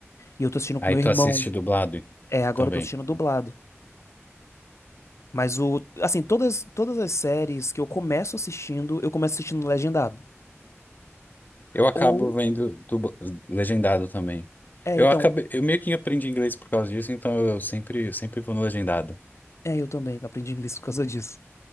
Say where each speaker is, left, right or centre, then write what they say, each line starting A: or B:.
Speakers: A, on the left (about 75°); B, on the left (about 40°).
A: E eu tô assistindo com
B: Aí
A: meu
B: tu
A: irmão.
B: assiste dublado
A: É, agora
B: também.
A: eu tô assistindo dublado. Mas o, assim, todas, todas as séries que eu começo assistindo, eu começo assistindo legendado.
B: Eu acabo
A: Ou,
B: vendo dubla- legendado também.
A: é,
B: Eu
A: então,
B: acabei, eu meio que aprendi inglês por causa disso, então eu sempre, sempre vou no legendado.
A: é, eu também aprendi inglês por causa disso.